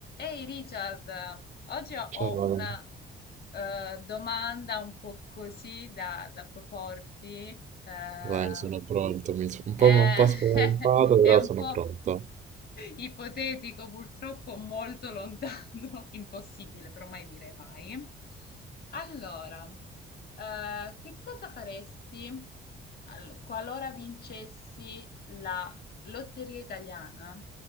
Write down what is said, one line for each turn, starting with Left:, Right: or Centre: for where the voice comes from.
Left: Ehi Richard, ehm, oggi ho
Right: Ciao, Laura.
Left: una eh, domanda un po' così da, da proporti. eh, Vai.
Right: vai, sono pronto. Mi s- un
Left: eh,
Right: po', un po'
Left: <laughs>
Right: spaventato, però
Left: è un
Right: sono
Left: po'
Right: pronto.
Left: Ipotetico, purtroppo molto lontano, <laughs> impossibile, però mai dire mai. Allora, eh, che cosa faresti all- qualora vincessi la lotteria italiana?